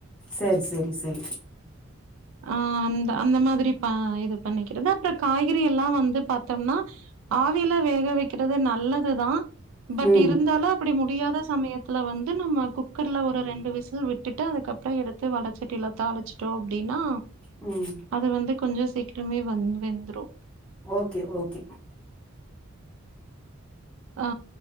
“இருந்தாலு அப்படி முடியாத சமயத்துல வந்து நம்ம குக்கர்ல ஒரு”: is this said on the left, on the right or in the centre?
Right